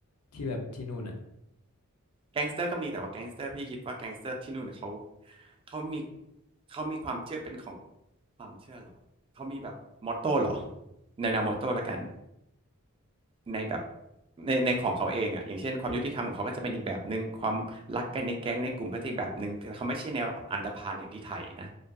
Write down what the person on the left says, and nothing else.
ที่แบบที่นู่นอ่ะ